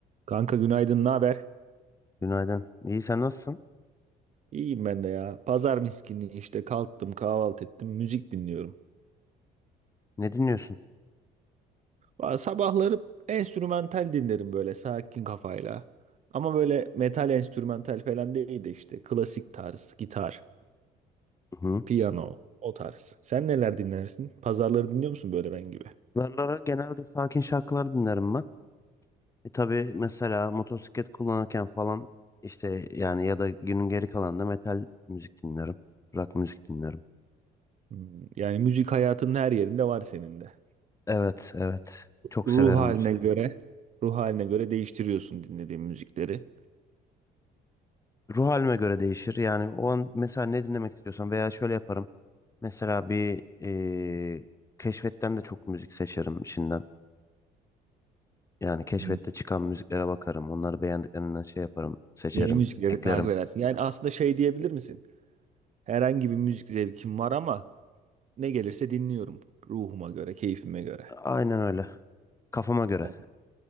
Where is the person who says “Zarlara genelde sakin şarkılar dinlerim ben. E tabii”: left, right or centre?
Left